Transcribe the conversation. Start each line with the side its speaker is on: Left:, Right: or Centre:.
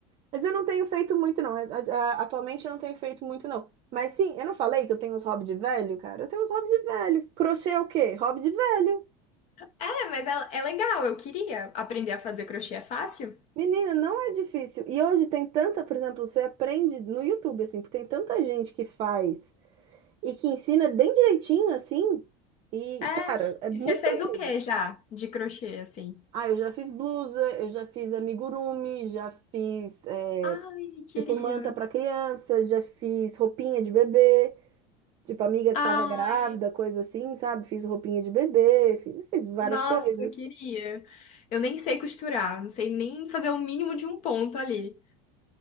Right: Mas eu não tenho feito muito, não. A- a- Atualmente eu não tenho feito muito, não. Mas sim, eu não falei que eu tenho uns hobbies de velho, cara? Eu tenho uns hobbies de velho. Crochê é o quê? Hobby de velho.
Left: É, mas é, é legal, eu queria aprender a fazer crochê, é fácil?
Right: Menina, não é difícil. E hoje tem tanta, por exemplo, você aprende no YouTube, assim, que tem tanta gente que faz e que ensina bem direitinho, assim. E,
Left: É.
Right: cara, é muito
Left: E você fez
Right: tranquilo.
Left: o que já de crochê, assim?
Right: Ah, eu já fiz blusa, eu já fiz amigurumi, já fiz. é,
Left: Ai, queria.
Right: Tipo, manta pra criança, já fiz roupinha de bebê, tipo, amiga
Left: Ai,
Right: que tava grávida, coisa assim, sabe? Fiz roupinha de bebê, fiz, fiz várias
Left: nossa,
Right: coisas.
Left: queria. Eu nem sei costurar, não sei nem fazer o mínimo de um ponto ali.